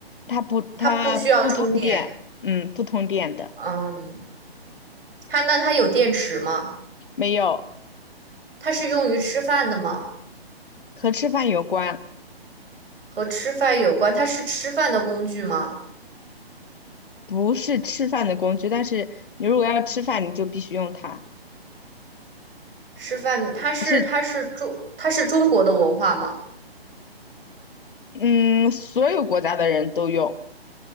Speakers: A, on the left (about 55°); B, on the right (about 65°).
A: 它不，它不通电，
B: 它不需要充电。
A: 嗯，不通电的，
B: 嗯，它那它有电池吗？
A: 没有，
B: 它是用于吃饭的吗？
A: 和吃饭有关，
B: 和吃饭有关，它是吃饭的工具吗？
A: 不是吃饭的工具，但是你如果要吃饭，你就必须用它，
B: 吃饭，它是它是中它是中国的文化吗？
A: 是，嗯，所有国家的人都用，